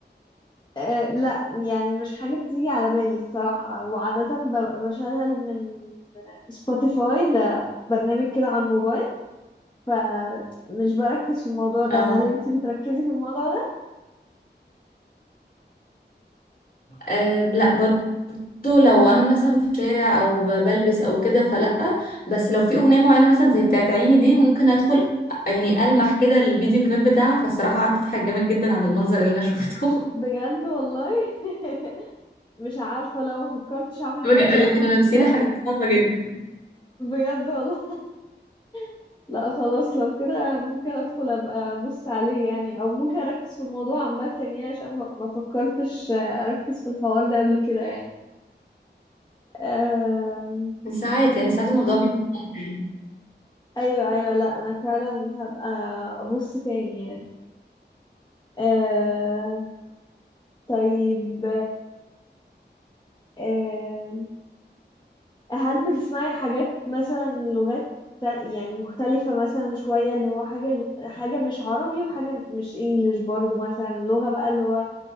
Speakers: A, on the left; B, on the left.
A: آه، لا يعني مش حاجة بتيجي على بالي الصراحة وعادة ببقى بشغل من سبوتيفاي ده برنامج كده على الموبايل فمش بركز في الموضوع ده
B: اه
A: هل انتي بتركزي في الموضوع ده؟
B: أه لا برضو لو انا مثلا في شارع او ب- بلبس او كده فلا بس لو في اغنيه معينه مثلا زي بتاعت عيني دي ممكن ادخل يعني المح كده الفيديو كليب بتاعها فالصراحه قعدت اضحك جامد جدا على المنظر اللي انا شفته
A: بجد والله <laughs> مش عارفة لو ما فكرتش اعمل
B: <laughs> بجد-
A: كده بصراحة
B: اللي كانوا
A: بالذات
B: لابسين حاجات صعبه جدا
A: بجد والله <laughs> لا خلاص لو كده ممكن ادخل ابقى ابص عليه يعني او ممكن اركز في الموضوع عامة يعني عشان ما ما فكرتش اركز في الحوار ده قبل كده يعني أم...
B: ساعات يعني ساعات الموضوع بيكون ممتع يعني.
A: ايوه ايوه لا انا فعلا هبقى ابص تاني يعني أه... طيب أه... هل بتسمعي حاجات مثلا لغات تا- يعني مختلفة مثلا شوية اللي هو حاجة حاجة مش عربي وحاجة مش انجليش برضو مثلا لغة بقى اللي هو